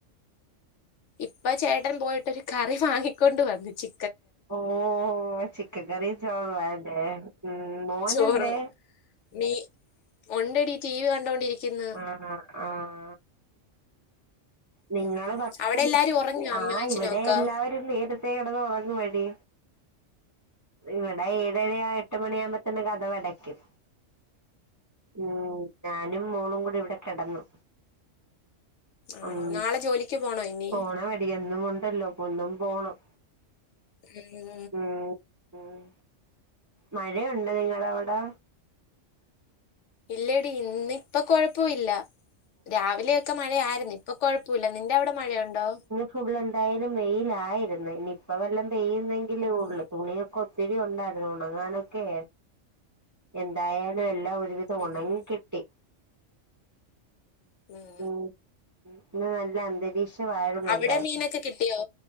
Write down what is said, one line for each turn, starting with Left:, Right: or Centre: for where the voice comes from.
Left: ഇപ്പം ചേട്ടൻ പോയിട്ടൊരു കറി വാങ്ങിക്കൊണ്ട് വന്നു ചി
Right: ഓഹ് ചിക്കൻകറിം ചോറുവാലേ ഉം മോനെന്തേ?
Left: ചോറ് മീ ഉണ്ടെടി ടി വി കണ്ടോണ്ടിരിക്കുന്ന്.
Right: <unintelligible> ആഹ്. നിങ്ങള്
Left: ഉം.
Right: <unintelligible>
Left: അവിടെ എല്ലാരും ഉറങ്ങിയോ
Right: ആഹ്
Left: അമ്മയും അച്ഛനും
Right: ഇവിടെ
Left: ഒക്കെ
Right: എല്ലാവരും നേരത്തെ കിടന്ന് ഉറങ്ങുമെടി. ഇവിടെ ഏഴര എട്ട് മണിയാവുമ്പത്തന്നെ കതകടക്കും. ഉം ഞാനും മോളും കൂടെ ഇവിടെ കിടന്നു.
Left: ആണോ
Right: ഉം
Left: നാളെ ജോലിക്ക് പോണോ ഇനി
Right: പോണമെടി എന്നും ഉണ്ടല്ലോ ഒന്നും പോണം
Left: ഹ്‌ഹാ
Right: ഉം ഉം. മഴയുണ്ടോ നിങ്ങളവിടെ
Left: ഇല്ലടി ഇന്ന് ഇപ്പ കൊഴപ്പവില്ല രാവിലെയൊക്കെ മഴയാരുന്ന് ഇപ്പൊ കൊഴപ്പുല്ല നിന്റെ അവിടെ മഴയുണ്ടോ
Right: ഫുള് എന്തായാലും വെയിലായിരുന്ന് ഇനിയിപ്പ വല്ലം പെയ്യുന്നെങ്കിലെ ഒള്ള്
Left: ഉം
Right: തുണിയൊ കൊത്തിരി ഉണ്ടായിരുന്നു ഒണങ്ങാനൊക്കെ എന്തായാലും എല്ലാം ഒരുവിധം
Left: ഉം
Right: ഒണങ്ങി
Left: ഉം
Right: കിട്ടി
Left: ഉം
Right: ഉം നല്ല അന്തരീക്ഷ വായിരുന്നു
Left: അവിടെ
Right: എന്തായാലും
Left: മീനൊക്കെ കിട്ടിയോ